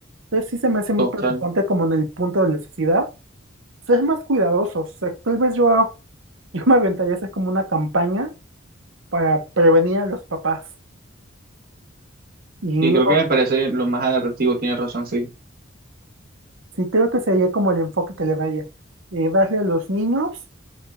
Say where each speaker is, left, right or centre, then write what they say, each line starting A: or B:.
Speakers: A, on the right; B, on the right.
A: Entonces sí se me hace muy
B: Total.
A: preocupante como en el punto de la sociedad, ser más cuidadosos, o sea, tal vez yo, <laughs> yo me aventaría a hacer como una campaña para prevenir a los papás. Y
B: Y creo
A: oh,
B: que me parece lo más adaptativo, tienes razón, sí.
A: sí creo que sería como el enfoque que le daría, eh, darle a los niños